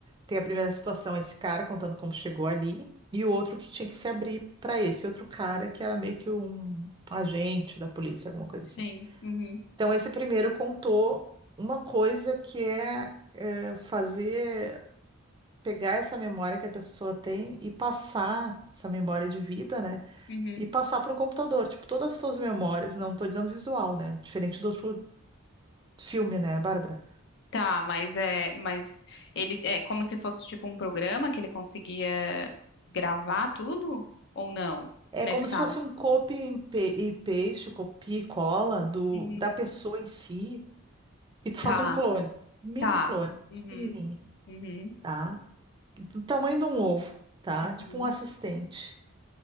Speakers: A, on the right (about 20°); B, on the left (about 60°).
A: tem a primeira situação, esse cara contando como chegou ali, e o outro que tinha que se abrir para esse outro cara, que era meio que um agente da polícia, alguma coisa
B: Sim.
A: assim.
B: Uhum.
A: Então, esse primeiro contou uma coisa que é, eh, fazer. Pegar essa memória que a pessoa tem e passar essa memória de vida, né?
B: Uhum.
A: e passar para um computador. Tipo, todas as tuas memórias, não tô dizendo visual, né? Diferente do outro filme, né, Bárbara?
B: Tá, mas é, mas ele é como se fosse tipo um programa que ele conseguia gravar tudo ou não,
A: É
B: nesse
A: como
B: caso?
A: se fosse um copy and pe- e paste, copia e cola do,
B: Uhum.
A: da pessoa em si, e tu faz
B: Tá,
A: um clone, um mini
B: tá.
A: clone,
B: Uhum,
A: pequenininho,
B: uhum,
A: tá? Do tamanho de um ovo, tá?
B: uhum.
A: Tipo um assistente.